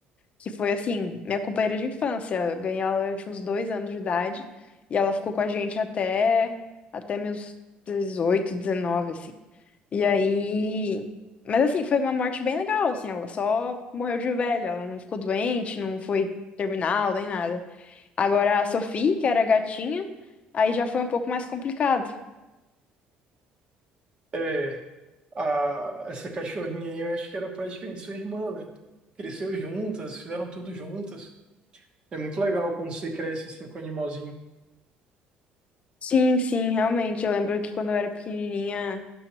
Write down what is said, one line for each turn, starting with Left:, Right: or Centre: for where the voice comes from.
Left: Que foi assim, minha companheira de infância. Eu ganhei ela, eu tinha uns dois anos de idade, e ela ficou com a gente até, até meus 18 19 assim. E aí. Mas assim, foi uma morte bem legal, assim, ela só morreu de velha, ela não ficou doente, não foi terminal, nem nada. Agora a Sophie, que era a gatinha, aí já foi um pouco mais complicado
Right: É. a- essa cachorrinha aí, eu acho que era praticamente sua irmã, né? Cresceu juntas, fizeram tudo juntas. É muito legal quando você cresce assim com o animalzinho.
Left: Sim, sim, realmente. Eu lembro que quando eu era pequenininha,